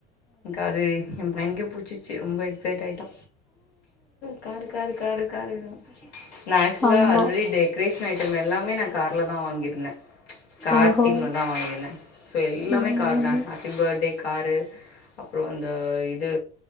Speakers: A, on the left; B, in the centre.
A: அது எய பயனுக்கே புடிச்சிருச்சு ரொம்ப எக்சைட் ஆய்ட்டா காரு காரு காரு காரு நா ஆக்ஸ்வலா
B: ஆமா
A: ஆல்ரெடி டெக் ஸ்டேஷனரி ஐட்டம் எல்லாமே நா கார்ல தா வாங்கிட்டு இருந்த கார்
B: ஓஹோ
A: தீம்லதா வாங்கின சோ எல்லாமே
B: ம்
A: கார் தா ஹாப்பி பர்ட்டே காரு அப்பற இந்த இது